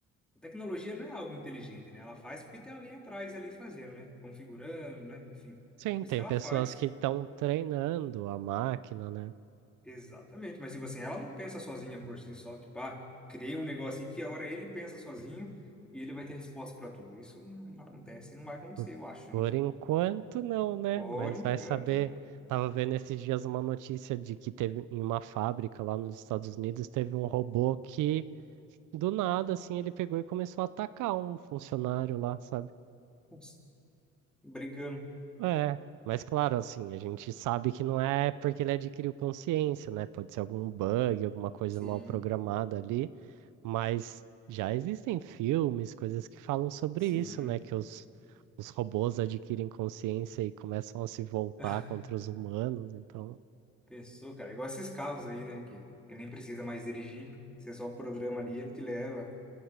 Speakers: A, in the centre; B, on the right.
A: A tecnologia não é algo inteligente, né? Ela faz porque tem alguém atrás ali fazendo, né? Configurando, né? Enfim. Então,
B: Sim,
A: por isso
B: tem
A: que ela
B: pessoas
A: faz.
B: que estão treinando a máquina, né?
A: Exatamente. Mas, tipo assim, ela não pensa sozinha por si só. Tipo, ah, criei um negócio e que a hora ele pensa sozinho e ele vai ter resposta para tudo. Isso não não acontece, e não vai acontecer,
B: Por
A: eu acho,
B: por
A: né?
B: enquanto, não, né?
A: Por
B: Mas
A: enquanto,
B: vai saber.
A: né?
B: Tava vendo esses dias uma notícia de que teve em uma fábrica lá nos Estados Unidos, teve um robô que Do nada, assim, ele pegou e começou a atacar um funcionário lá, sabe?
A: Ups, brigando.
B: É, mas claro, assim, a gente sabe que não é porque ele adquiriu consciência, né? Pode ser algum bug, alguma coisa
A: Sim,
B: mal programada ali, mas já existem filmes, coisas que falam sobre
A: sim.
B: isso, né? Que os, os robôs adquirem consciência e começam a se voltar
A: <laughs>
B: contra os humanos, então.
A: Pensou, cara? Igual esses carros aí, né? Que, que nem precisa mais dirigir. Você só programa ali, ele te leva.